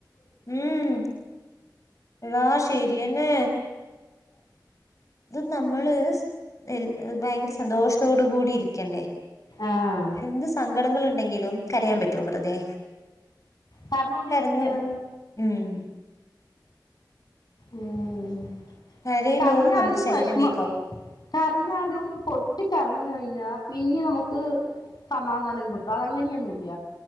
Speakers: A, on the left; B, on the left.
A: ഉം ആ ശരിയന്നെ ഇത് നമ്മള് എ ഭയങ്കര സന്തോഷത്തോടു കൂടി ഇരിക്കണ്ടേ
B: ആഹ്
A: എന്ത് സങ്കടങ്ങളൾ ഉണ്ടെങ്കിലും കരയാൻ പറ്റുവോ വെറുതെ
B: പറഞ്ഞോണ്ടേ
A: കരഞ്ഞ
B: ഇരിക്കയാണ്
A: ഉം
B: ഉം
A: കരയും
B: കർഞ്ഞാലും
A: തോറും നമ്മുടെ ശരീരം
B: വിഷമം
A: വീക്കാവും
B: കർഞ്ഞാലും പൊട്ടി കർഞ്ഞ കഴിഞ്ഞു പി പിന്നെ നമുക്ക് സമാധാനം കിട്ടും അത അങ്ങനെയൊന്നും ഇല്ല